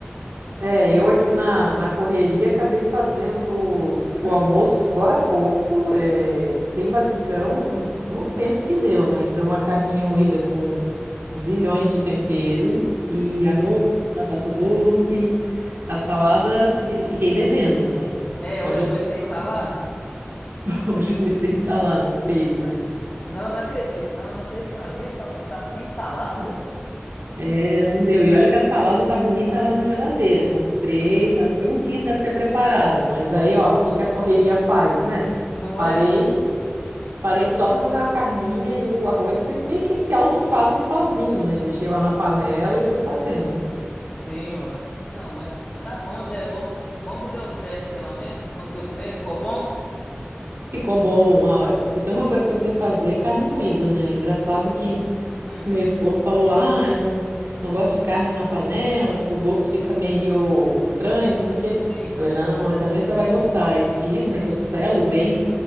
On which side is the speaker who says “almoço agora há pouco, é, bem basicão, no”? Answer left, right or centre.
Right